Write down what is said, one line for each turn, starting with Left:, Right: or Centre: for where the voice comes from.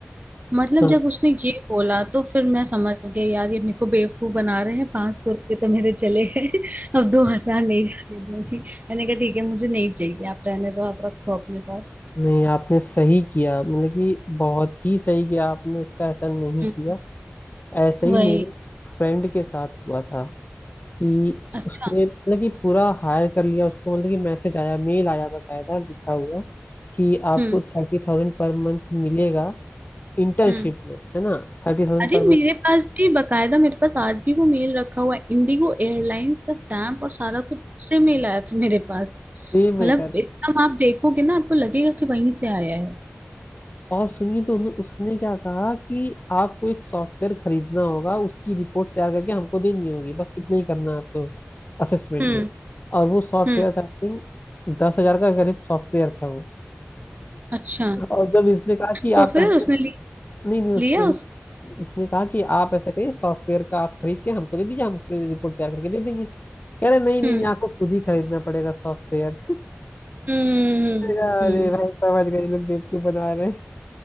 Right: मतलब
Left: हाँ
Right: जब उसने ये बोला तो फिर मैं समझ गई यार ये मेरे को बेवकूफ बना रहे हैं पांच सौ रुपये तो मेरे चले गए <laughs> अब दो हजार नहीं जाने दूंगी मैंने कहा ठीक है मुझे नहीं चाहिए आप रहने दो आप रखो अपने पास
Left: नहीं आपने सही किया मतलब कि बहुत ही सही किया आपने उसका ऐसा नहीं
Right: हम्म
Left: किया ऐसा
Right: वही
Left: ही मेरे फ्रेंड के साथ हुआ था कि
Right: अच्छा
Left: उसने मतलब कि पूरा हायर कर लिया उसको मतलब कि मैसेज आया मेल आया बकायदा लिखा हुआ कि आपको
Right: हम्म
Left: थर्टी थाउजेंड पर मंथ मिलेगा इंटर्नशिप
Right: हम्म
Left: में है ना थर्टी थाउजेंड
Right: अरे
Left: पर मंथ
Right: मेरे पास भी बकायदा मेरे पास आज भी वो मेल रखा हुआ है इंडिगो एयरलाइंस का स्टैंप और सारा कुछ से मेल आया था मेरे पास
Left: सेम है
Right: मतलब एकदम आप देखोगे ना आपको लगेगा कि वहीं से आया है
Left: और सुनिए तो उन्हों- उसने क्या कहा कि आपको एक सॉफ्टवेयर खरीदना होगा उसकी रिपोर्ट तैयार करके हमको देनी होगी बस इतना ही करना है आपको असेसमेंट
Right: हम्म
Left: में और वो सॉफ्टवेयर
Right: हम्म
Left: था आई थिंक दस हजार का करीब सॉफ्टवेयर था वो
Right: अच्छा
Left: और जब इसने कहा कि
Right: तो
Left: आप
Right: फिर
Left: ऐसे
Right: उसने लि-
Left: नहीं नहीं उस,
Right: लिया उस
Left: इसने कहा कि आप ऐसा करिए सॉफ्टवेयर का आप खरीद के हमको दे दीजिए हम उस पर रिपोर्ट तैयार करके दे देंगे कह रहे नहीं नहीं
Right: हम्म।
Left: नहीं आपको खुद ही खरीदना पड़ेगा सॉफ्टवेयर
Right: हम्म हम्म,
Left: अरे
Right: हम्म,
Left: भाई समझ गए ये लोग बेवकूफ बना रहे हैं।